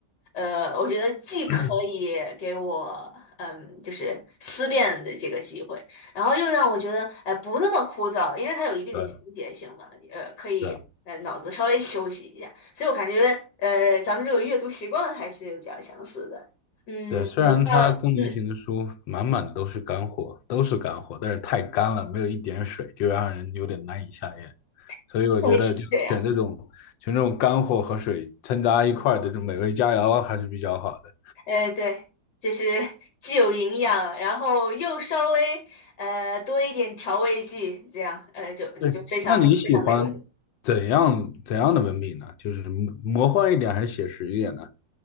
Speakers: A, on the left; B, on the left.
A: 呃，我觉得既可以给我嗯，
B: <clears throat>
A: 就是思辨的这个机会，然后又让我觉得哎不那么枯燥，因为它有一定的情节性嘛，
B: 对
A: 呃，可以呃脑子稍微休息一下，
B: 对
A: 所以我感觉呃咱们这个阅读习惯还是比较相似的。嗯，
B: 对，虽然它功能型的书满满的都是干货，
A: 我不知道，嗯，
B: 都是干货，但是太干了，没有一点水，就让人有点难以下咽。所以我觉得就选这种选这种干货和水掺杂一块儿的这种美味佳肴还是比较好的。
A: <laughs> 对，是这样，呃，对，就是既有营养，然后又稍微呃多一点调味剂，这样呃就就非常非常美味。
B: 对，那你喜欢怎样怎样的文笔呢？就是魔魔幻一点还是写实一点呢？